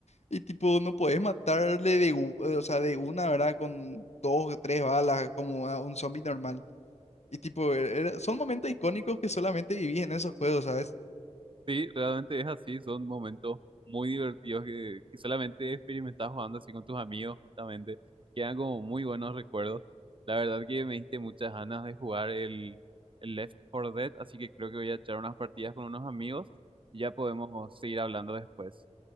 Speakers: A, on the left; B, on the right.
A: Y tipo, no podés matarle de, u- eh, o sea, de una, ¿verdad? Con dos o tres balas, como a un zombie normal. Y tipo, era- son momentos icónicos que solamente viví en esos juegos, ¿sabes?
B: sí, realmente es así, son momentos muy divertidos que, que solamente experimentas jugando así con tus amigos, justamente. Quedan como muy buenos recuerdos. La verdad que me diste muchas ganas de jugar el, el Left 4 Dead, así que creo que voy a echar unas partidas con unos amigos y ya podemos seguir hablando después.